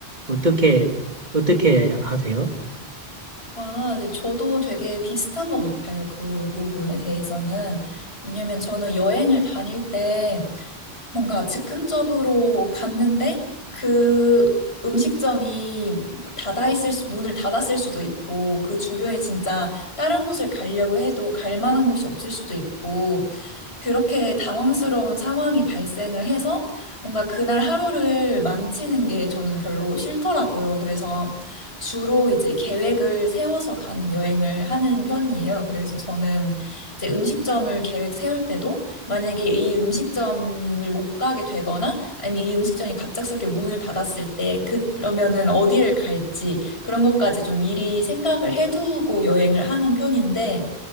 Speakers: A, on the right; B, on the left.
A: 어떻게, 어떻게 하세요?
B: 아, 네, 저도 되게 비슷한 것 같아요. 그 부분에 대해서는. 왜냐면 저는 여행을 다닐 때 뭔가 즉흥적으로 갔는데 그 음식점이 닫아 있을 수, 문을 닫았을 수도 있고 그 주변에 진짜 다른 곳을 가려고 해도 갈 만한 곳이 없을 수도 있고 그렇게 당황스러운 상황이 발생을 해서 뭔가 그날 하루를 망치는 게 저는 별로 싫더라고요. 그래서 주로 이제 계획을 세워서 가는 여행을 하는 편이에요. 그래서 저는 이제 음식점을 계획 세울 때도 만약에 이 음식점을 못 가게 되거나 아니면 이 음식점이 갑작스럽게 문을 닫았을 때 그- 그러면은 어디를 갈지 그런 것까지 좀 미리 생각을 해두고 여행을 하는 편인데